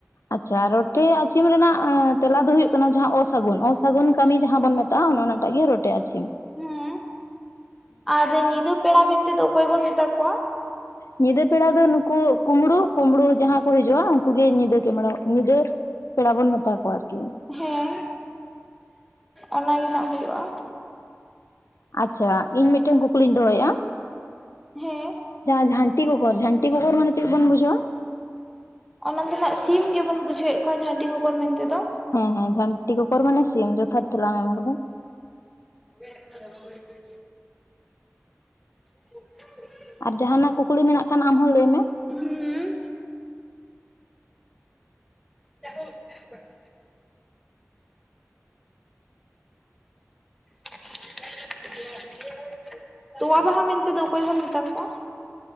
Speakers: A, on the left; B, in the centre.
A: ᱟᱪᱪᱷᱟ ᱟᱨ ᱨᱚᱴᱮ ᱟᱪᱤᱢ ᱨᱮᱱᱟᱜ ᱛᱮᱞᱟ ᱫᱚ ᱦᱩᱭᱩᱜ ᱠᱟᱱᱟ ᱡᱟᱦᱟᱸ ᱚᱥᱟᱹᱜᱩᱱ ᱚᱥᱟᱹᱜᱩᱱ ᱠᱟᱹᱢᱤ ᱡᱟᱦᱟᱸ ᱵᱚᱱ ᱢᱮᱛᱟ ᱟ ᱚᱱᱚ ᱚᱱᱟᱟᱴᱟᱜ ᱜᱮ ᱨᱚᱴᱮ ᱟᱪᱷᱤᱢ᱾
B: ᱦᱩᱸ ᱟᱨ ᱧᱤᱫᱟᱹ ᱯᱮᱲᱟ ᱢᱮᱱᱛᱮ ᱫᱚ ᱚᱠᱚᱭ ᱵᱚᱱ ᱢᱮᱛᱟ ᱠᱚᱣᱟ?
A: ᱧᱤᱫᱟᱹ ᱯᱮᱲᱟ ᱫᱚ ᱱᱩᱠᱩ ᱠᱩᱢᱵᱽᱲᱩ ᱠᱩᱢᱵᱽᱲᱩ ᱡᱟᱦᱟᱸ ᱠᱚ ᱦᱤᱡᱩᱜᱼᱟ, ᱩᱱᱠᱩᱩᱜ ᱜᱮ ᱧᱤᱫᱟᱹ ᱠᱮᱢᱲᱟ ᱧᱤᱫᱟᱹ ᱯᱮᱲᱟ ᱵᱚᱱ ᱢᱮᱛᱟ ᱠᱚᱣᱟ ᱟᱨᱠᱤ᱾
B: ᱦᱮᱸ ᱚᱱᱟ ᱜᱮ ᱱᱟᱜ ᱦᱩᱭᱩᱜᱼᱟ᱾
A: ᱟᱪᱷᱟ ᱤᱧ ᱢᱤᱫᱴᱮᱱ ᱠᱩᱠᱞᱤᱧ ᱫᱚᱦᱚᱭᱮᱜᱼᱟ᱾
B: ᱦᱮᱸ᱾
A: ᱡᱟᱦᱟᱸ ᱡᱷᱟᱱᱴᱤ ᱠᱚᱠᱚᱨ, ᱡᱷᱟᱱᱴᱤ ᱠᱚᱠᱚᱨ ᱢᱟᱱᱮ ᱪᱮᱫ ᱵᱚᱱ ᱵᱩᱡᱷᱟᱹᱣᱟ?
B: ᱚᱱᱟ ᱫᱚ ᱱᱟᱜ ᱥᱤᱢ ᱜᱮᱵᱚᱱ ᱵᱩᱡᱷᱟᱹᱣᱮᱫ ᱠᱚᱣᱟ ᱡᱷᱟᱹᱱᱴᱤ ᱠᱚᱠᱚᱨ ᱢᱮᱱᱛᱮ ᱫᱚ᱾
A: ᱦᱮᱸ ᱦᱮᱸ ᱡᱷᱟᱹᱱᱴᱤ ᱠᱚᱠᱚᱨ ᱢᱟᱱᱮ ᱥᱤᱢ ᱡᱚᱛᱷᱟᱛ ᱛᱮᱞᱟᱢ ᱮᱢ ᱟᱠᱟᱫᱟ᱾
B: <unintelligible> <unintelligible>
A: ᱟᱨ ᱡᱟᱦᱟᱸᱱᱟᱜ ᱠᱩᱠᱞᱤ ᱢᱮᱱᱟᱜ ᱠᱷᱟᱱ ᱟᱢ ᱦᱚᱸ ᱞᱟᱹᱭ ᱢᱮ᱾
B: ᱦᱩᱸ᱾ <unintelligible> <unintelligible> ᱛᱚᱣᱟ ᱵᱟᱦᱟ ᱢᱮᱱᱛᱮ ᱫᱚ ᱚᱠᱚᱭ ᱵᱚᱱ ᱢᱮᱛᱟ ᱠᱚᱣᱟ?